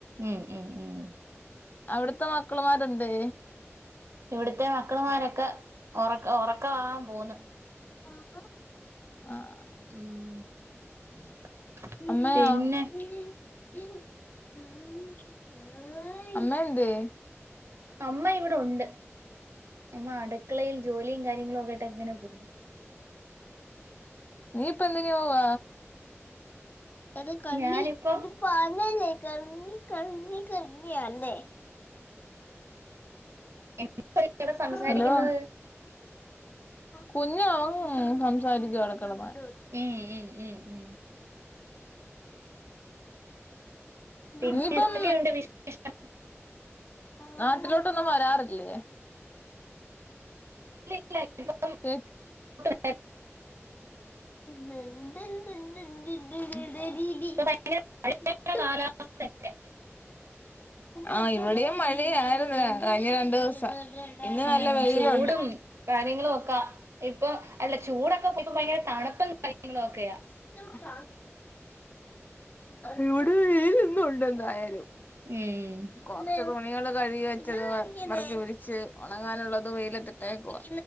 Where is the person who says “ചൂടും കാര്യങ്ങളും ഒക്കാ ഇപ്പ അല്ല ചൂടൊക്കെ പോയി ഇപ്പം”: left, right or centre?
Right